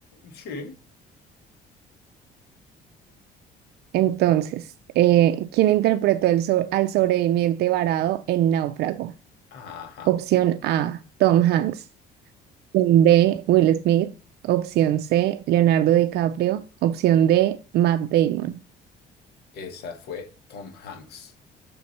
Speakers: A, on the left; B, on the right.
A: Sí.
B: Entonces, eh, ¿quién interpretó el so- al sobreviviente varado en Náufrago?
A: Ajá.
B: Opción A, Tom Hanks. Opción B, Will Smith. Opción C, Leonardo DiCaprio. Opción D, Matt Damon.
A: Esa fue Tom Hanks.